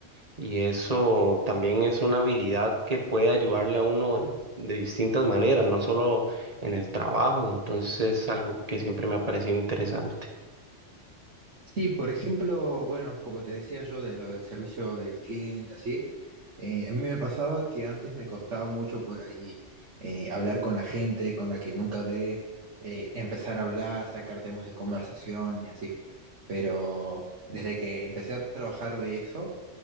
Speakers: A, on the right (about 35°); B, on the right (about 70°).
A: Y eso también es una habilidad que puede ayudarle a uno de distintas maneras, no solo en el trabajo. Entonces es algo que siempre me ha parecido interesante.
B: Sí, por ejemplo, bueno, como te decía yo de lo del servicio del cliente, así, eh, a mí me pasaba que antes me costaba mucho por ahí eh, hablar con la gente con la que nunca hablé, eh, empezar a hablar, sacar temas de conversación y así. Pero desde que empecé a trabajar de eso,